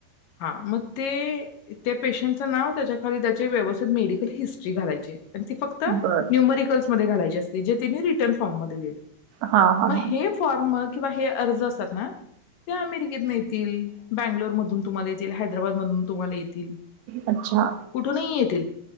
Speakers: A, on the left; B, on the right.
A: हा मग तेऽऽ त्या पेशंटचं नाव त्याच्या खाली त्याची व्यवस्थित मेडिकल हिस्ट्री काढायची. अन् ती फक्त
B: बर
A: न्यूमरिकल्स मध्ये घालायचे असते जे तिथे रिटर्न फॉर्ममध्ये देतेत.
B: हा हा
A: मग
B: हा
A: हे फॉर्म मग किंवा हे अर्ज असतात ना, ते अमेरिकेतनं येतील. बँगलोर मधून तुम्हाला येतील, हैदराबादमधून तुम्हाला येत
B: अच्छा
A: कुठूनही येतील.